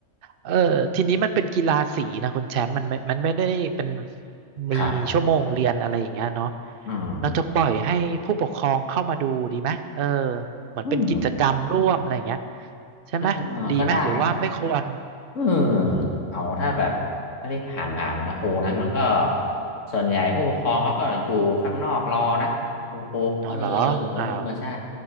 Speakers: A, on the right; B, on the left.
A: เออทีนี้มันเป็นกีฬาสีนะคุณแชมป์มันไม่มันไม่ได้เป็นมีชั่วโมงเรียนอะไรอย่างเงี้ยเนาะ
B: ครับอืม
A: เราจะปล่อยให้ผู้ปกครองเข้ามาดูดีไหมเออเหมือนเป็นกิจกรรมร่วมอะไรอย่างเงี้ย
B: อืม
A: ใช่ไหมดีไหมหรือว่าไม่ควร
B: อ่าก็ได้นะ อืม
A: อืม
B: เอาถ้าแบบถ้าที่ผ่านผ่านมานะครูนะมันก็ส่วนใหญ่ผู้ปกครองเขาก็อยู่ข้างนอกรอนะคุณครูเออ
A: เอาเหรออ้าว
B: เออใช่